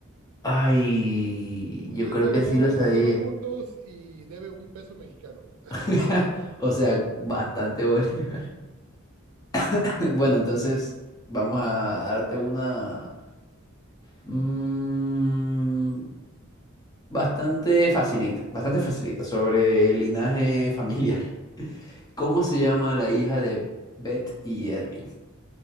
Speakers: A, on the left; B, on the right.
A: Ay,
B: Usted
A: yo creo
B: se ha
A: que
B: ganado
A: sí lo sabía.
B: cero puntos y debe un peso mexicano. <laughs>
A: <laughs> O sea, bastante Bolívar. <laughs> Bueno, entonces vamos a darte una mm, bastante facilita, bastante facilita sobre el linaje familiar. <laughs> ¿Cómo se llama la hija de Beth y Jerry?